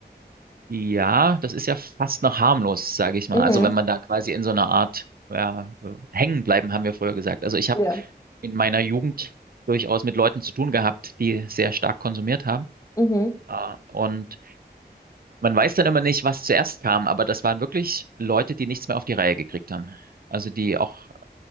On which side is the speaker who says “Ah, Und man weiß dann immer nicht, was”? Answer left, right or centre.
Right